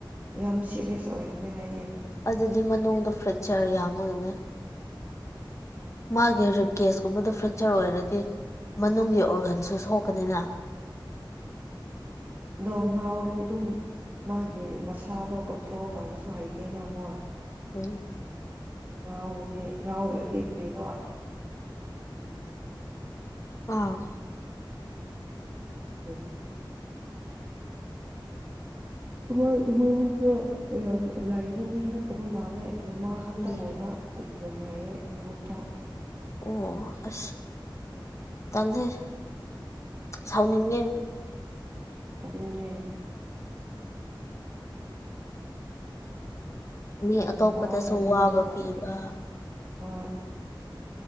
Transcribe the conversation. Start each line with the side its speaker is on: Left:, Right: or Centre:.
Right: ꯌꯥꯝ ꯁꯤꯦꯔꯤꯌꯁ ꯑꯣꯏꯈ꯭ꯔꯦ ꯍꯥꯏꯌꯦ
Left: ꯑꯗꯨꯗꯤ ꯃꯅꯨꯡꯗꯣ ꯐ꯭ꯔꯦꯛꯆꯔ ꯌꯥꯝꯃꯅꯦ ꯃꯥꯒꯤ ꯔꯤꯞꯀꯦꯁꯀꯨꯝꯕꯗ ꯐ꯭ꯔꯦꯛꯆꯔ ꯑꯣꯏꯔꯗꯤ ꯃꯅꯨꯡꯒꯤ ꯑꯣꯔꯒꯟꯁꯨ ꯁꯣꯛ ꯀꯅꯤꯅ
Right: ꯗꯣꯉ ꯑꯣꯔ ꯑꯗꯨꯝ ꯃꯥꯒꯤ ꯃꯁꯥꯗꯣ ꯀꯟꯇ꯭ꯔꯣꯜ ꯇꯧꯕꯁꯨ ꯍꯩꯇꯦꯅ ꯑꯃꯨꯛ
Left: ꯎꯝ
Right: ꯉꯗꯗꯤ ꯉꯎꯗ꯭ꯔꯗꯤ ꯐꯔꯤꯅ
Left: ꯑꯥ
Right: ꯑꯣ ꯑꯣꯏꯁꯨ ꯂꯥꯛꯏꯕ ꯃꯤ ꯅꯠꯇꯕ ꯃꯥꯜꯂꯦ ꯃꯃꯥ ꯈꯛꯇ
Left: ꯎꯝ
Right: ꯂꯩꯕ ꯨꯝ ꯍꯥꯏꯌꯦ ꯒ꯭ꯔꯨꯞꯇ <unintelligible>
Left: ꯑꯣ ꯑ ꯇꯜꯦ ꯁꯥꯎꯅꯤꯡꯉꯦ
Right: ꯑꯗꯨꯗ ꯃꯅꯦ
Left: ꯃꯤ
Right: ꯑꯦ
Left: ꯑꯇꯣꯞꯄꯗꯁꯨ
Right: ꯉꯥꯎꯔꯒ ꯑꯗꯨꯃꯥꯏꯅ
Left: ꯋꯥꯕ
Right: ꯇꯧꯕꯅꯦ
Left: ꯄꯤꯕ
Right: ꯑꯁ ꯑ